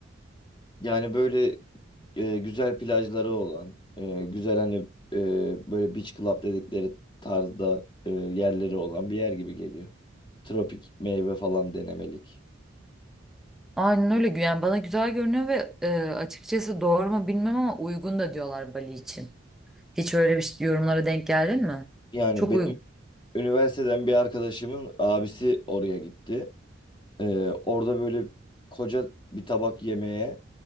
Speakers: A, on the left; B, in the centre.
A: Yani böyle e, güzel plajları olan, e, güzel hani e, böyle beach club dedikleri tarzda e, yerleri olan bir yer gibi geliyor. Tropik meyve falan denemelik.
B: Aynen öyle gü- yani bana güzel görünüyor ve e, açıkçası doğru mu bilmem ama uygun da diyorlar Bali için. Hiç öyle bir şey- yorumlara denk geldin mi?
A: Yani
B: Çok
A: benim
B: uygun.
A: üniversiteden bir arkadaşımın abisi oraya gitti. E, orada böyle koca bir tabak yemeğe